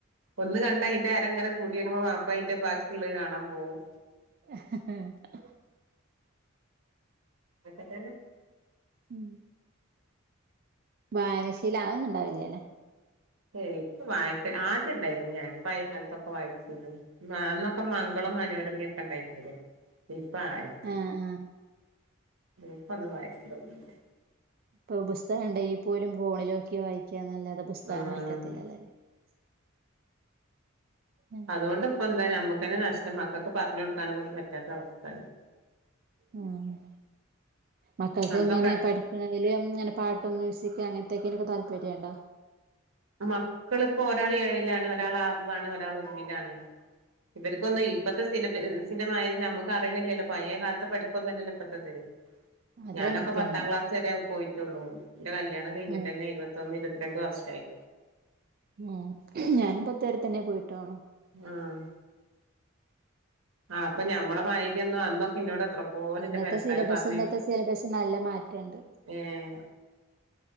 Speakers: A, on the right (about 80°); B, on the right (about 45°).
A: ഒന്ന് കണ്ടാ അതിന്റെ അരങ്ങനെ കൂടി വരുമ്പോ അപ്പൊ അയിന്റെ ബാക്കി ഉള്ളത് കാണാൻ പോകും
B: <unintelligible>
A: <unintelligible>
B: ഉം വായനശീലം ആതൊന്നും ഉണ്ടാവില്ല അല്ലെ
A: ഏയ് ഇപ്പ വായിക്ക ആദ്യം ഉണ്ടായിരുന്നു ഞാാനിപ്പ പഴയ കാലത്തൊക്കെ വായിച്ചിരുന്നു ഒക്ക മംഗളം മനോരമയൊക്കെ ഉണ്ടായിരുന്നില്ലേ ഇപ്പ ആയിരിക്കും
B: ആഹ് ആഹ്
A: ഇപ്പൊന്നും വക്കൊന്നില്ല
B: ഇപ്പൊ പുസ്തകണ്ട പോലും ഫോണിലോക്കി വായിക്കന്നല്ലാതെ പുസ്തകം
A: ഉം
B: വറക്കത്തില്ലല്ല എല്ലാരും ഉം
A: അതുകൊണ്ട് ഇപ്പ എന്താ നമ്മുക്ക്ന്നെ നഷ്ടം മക്കൾക്ക് പറഞ്ഞു കൊടുക്കാനും കൂടി പറ്റാത്ത അവസ്ഥയായി
B: ഉം മക്കൾക്ക്
A: അന്നൊക്കെ
B: എങ്ങനെ പഠ അ ഇങ്ങന പാട്ടും മ്യൂസിക് അങ്ങനത്തെയോക്കെ താല്പര്യണ്ടോ
A: മക്കളിപ്പോൊ ഒരാൾ ഏഴിലാണ് ഒരാൾ ആറിലാണ് ഒരാൾ ഒന്നിലാണ് ഇവർക്കൊന്ന് ഇപ്പഴത്തെ സിലബസിന്റെ മ നമുക്ക് അറിയണില്ലല്ലോ പഴയ കാലത്തെ പഠിപ്പ് ഒന്നുമല്ലല്ലോ ഇപ്പോഴത്തെ
B: അതങ്ങനത്തന്നെയാണ്
A: ഞാനൊക്കെ പത്താം ക്ലാസ് വരെ പോയിട്ടുള്ളു എന്റെ കല്യാണം കഴിഞ്ഞിട്ട്
B: ഉം
A: തന്നെ ഇരുപത്തിന്ന് ഇരു രണ്ട് വർഷായി
B: ഉം ഞാനും പത്തുവരെ തന്നെ പോയിട്ടോ
A: ആഹ് ആഹ് അപ്പൊ ഞമ്മുടെ മര്ന്നും അന്നൊക്കെ ഇന്നോട് ഇത്രേം പോഓര്ന്റെ
B: അന്നത്തെ
A: പരക്കാര്
B: സിലബസ്
A: പറഞ്ഞേ
B: ഇന്നത്തെ സിലബസ് നല്ല മാറ്റണ്ട്
A: ഏഹ്